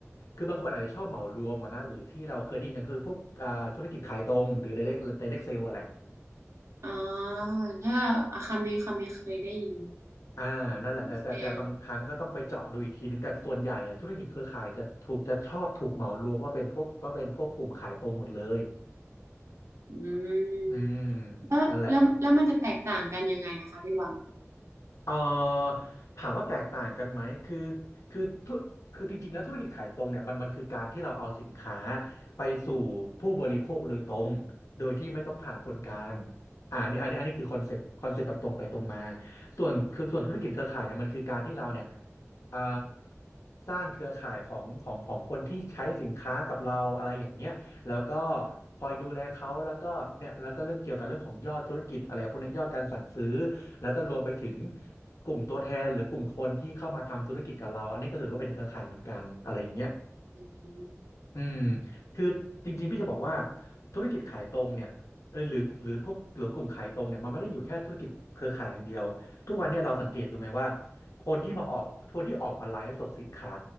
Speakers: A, on the left; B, on the right.
A: คือบางคนอาจจะชอบเหมารวมอะนะหรือที่เราเคยได้ยินก็คือพวกอ่าธุรกิจขายตรงหรือ direct direct sale อะแหละ
B: อ่าถ้าอาคาเมคาเมเคยได้ยิน
A: อ่านั่นแหละนะแต่แต่บางครั้งก็ต้องไปเจาะดูอีกทีนึงแต่ส่วนใหญ่อะธุรกิจเครือข่ายจะถูกจะชอบถูกเหมารวมว่าเป็นพวกว่าเป็นพวกกลุ่มขายตรงหมดเลย
B: เซลล์อื
A: อืม
B: มแล้วแล้วแล้วมันจะแตกต่างกันยังไงอะคะพี่บอล
A: นั่นแหละ เอ่อถามว่าแตกต่างกันไหมคือคือธุคือจริงๆแล้วธุรกิจขายตรงเนี่ยมันมันคือการที่เราเอาสินค้าไปสู่ผู้บริโภคโดยตรงโดยที่ไม่ต้องผ่านคนกลางอ่าอันนี้อันนี้อันนี้คือคอนเซปต์คอนเซปต์แบบตรงไปตรงมาส่วนคือส่วนธุรกิจเครือข่ายเนี่ยมันคือการที่เราเนี่ยอ่าสร้างเครือข่ายของของของคนที่ใช้สินค้ากับเราอะไรอย่างเงี้ยแล้วก็คอยดูแลเขาแล้วก็เนี่ยแล้วก็เรื่องเกี่ยวกับเรื่องของยอดธุรกิจอะไรพวกเนี้ยยอดการสั่งซื้อ แล้วก็รวมไปถึงกลุ่มตัวแทนหรือกลุ่มคนที่เข้ามาทำธุรกิจกับเราอันนี้ก็ถือว่าเป็นเครือข่ายเหมือนกันอะไรอย่างเงี้ย
B: อม
A: อืมคือจริงๆพี่จะบอกว่าธุรกิจขายตรงเนี่ยเอยหรือหรือพวกหรือกลุ่มขายตรงเนี่ยมันไม่ได้อยู่แค่ธุรกิจเครือข่ายอย่างเดียวทุกวันเนี่ยเราสังเกตดูไหมว่าคนที่มาออกคนที่ออกมาไลฟ์สดสินค้า